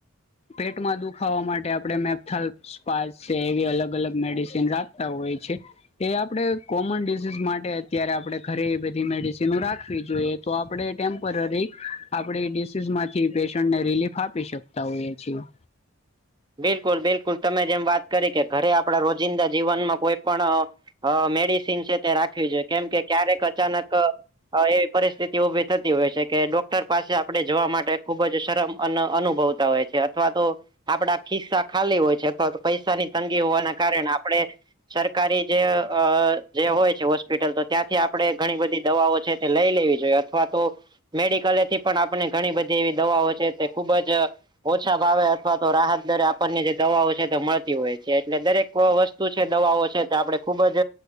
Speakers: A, on the left; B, on the right.
A: પેટમાં દુખાવા માટે આપડે મેપથલસ્પાસે એવી અલગ-અલગ મેડિસન આપતા હોય છે. એ આપડે કોમન ડિઝઝ માટે અત્યારે આપડે ઘરે બધી મેડિસિનો રાખવી જોઈએ. તો આપડે ટેમ્પરરી આપડી ડિસીઝમાંથી પેશન્ટને રિલીફ આપી શકતા હોઈએ. છી <unintelligible>
B: બિલકુલ, બિલકુલ તમે જેમ વાત કરી કે, ઘરે આપડા રોજિંદા જીવનમાં કોઈ પણ અ મેડિસિન છે તે રાખવી જોઈએ કેમ કે, ક્યારેક અચાનક અ એ પરિસ્થિત તે ઊભી થતી હોય છે કે, ડોક્ટર પાસે આપડે જવા માટે ખૂબ જ શરમ અન-અનુભવતા હોયે છે અથવા તો આપડા ખિસ્સા ખાલી હોય છે, અથવા તો પૈસાની તંગી હોવાના કારણે આપડે સરકારી જે અ જે હોય છે, હોસ્પિટલ તો ત્યાંથી આપડે ઘણી બધી દવાઓ છે તે લઈ લેવી જોઈએ અથવા તો મેડિકલેથી પણ આપને ઘણી બધી એવી દવાઓ છે તે ખુબ જ ઓછા ભાવે અથવા તો રાહત દરે આપડને જે દવાઓ છે તે મળતી હોય છે એટલે દરેક અ વસ્તુ છે, દવાઓ છે તો આપડે ખુબ જ